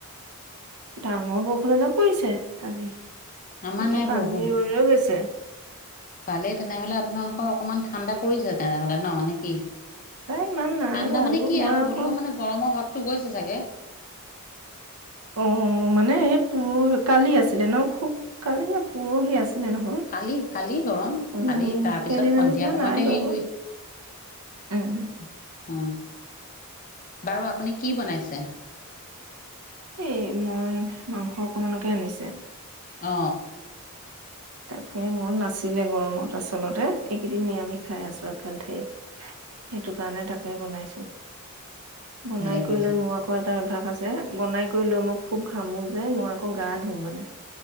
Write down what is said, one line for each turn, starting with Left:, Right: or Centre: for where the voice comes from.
Right: ডাঙৰ বৰষুণ এযাক পৰিছে আজি,
Left: আমাৰ
Right: এতিয়া
Left: নাই
Right: পানী
Left: বৰষুণ।
Right: ৰৈ ৰৈ গৈছে।
Left: ভালেই তেনেহলে আপোনালোকৰ অকমান ঠাণ্ডা পৰিছে তেনেহলে ন নেকি? ঠাণ্ডা
Right: ইমান নাই বাৰু
Left: মানে কি
Right: মই
Left: আৰু
Right: আকৌ
Left: হ'লেও মানে গৰমৰ ভাৱটো গৈছে চাগে?
Right: অ মানে এই পুৰ কালি আছিলে ন খুব কালি নে পোৰহি আছিলে। নহয়
Left: কালি কালি গৰম
Right: উম
Left: কালি তাৰপিছত
Right: সেইদিনা
Left: সন্ধিয়া
Right: নিচিনা
Left: সময়তে
Right: নাই
Left: হেৰি
Right: বাৰু। উম।
Left: এ, বাৰু আপুনি কি বনাইছে?
Right: এই মই মাংস অকমানকে আনিছে।
Left: অ।
Right: তাকে মন নাছিলে গৰমত আচলতে এইকেইদিন নিৰামিষ খাই আছো একেলেথাৰিয়ে। সেইটো কাৰণে তাকে বনাইছো বনাই
Left: ভালে কৰিছে।
Right: কৰি লৈ মই আ এটা অভ্যাস আছে বনাই কৰি লৈ মই খুব ঘামো যে মই আকৌ গা ধুওঁ মানে।